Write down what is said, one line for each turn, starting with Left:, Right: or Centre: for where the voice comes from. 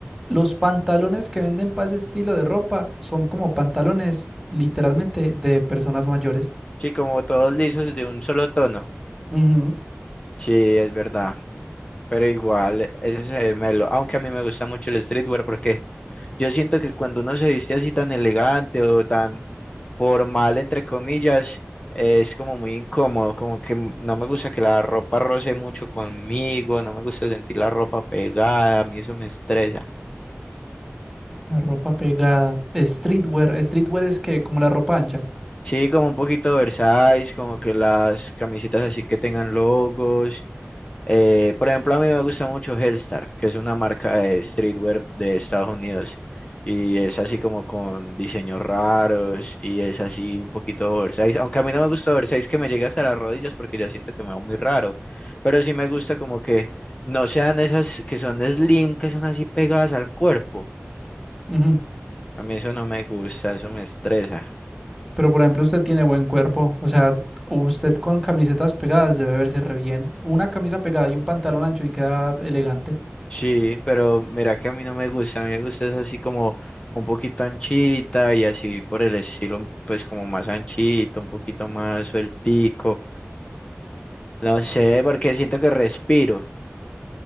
Centre: los pantalones que venden para ese estilo de ropa son como pantalones literalmente de personas mayores.
Left: Sí, como todos lisos de un solo tono.
Centre: Ujú.
Left: Sí, es verdad. Pero igual, ese se ve melo. Aunque a mí me gusta mucho el streetwear porque Yo siento que cuando uno se viste así tan elegante o tan formal, entre comillas, es como muy incómodo, como que m- no me gusta que la ropa roce mucho conmigo, no me gusta sentir la ropa pegada, a mí eso me estresa.
Centre: La ropa pegada. Streetwear, streetwear es que como la ropa ancha.
Left: Sí, como un poquito oversize, como que las camisetas así que tengan logos, Eh, por ejemplo, a mí me gusta mucho Hellstar, que es una marca de streetwear de Estados Unidos. Y es así como con diseños raros y es así un poquito oversize. Aunque a mí no me gusta oversize que me llegue hasta las rodillas porque ya siento que me va muy raro. Pero sí me gusta como que no sean esas que son slim, que son así pegadas al cuerpo.
Centre: Ujú.
Left: A mí eso no me gusta, eso me estresa.
Centre: Pero por ejemplo, usted tiene buen cuerpo, o sea, usted con camisetas pegadas debe verse re bien. Una camisa pegada y un pantalón ancho y queda elegante.
Left: Sí, pero mira que a mí no me gusta, a mí me gusta es así como un poquito anchita y así por el estilo, pues como más anchito, un poquito más sueltico. No sé, porque siento que respiro.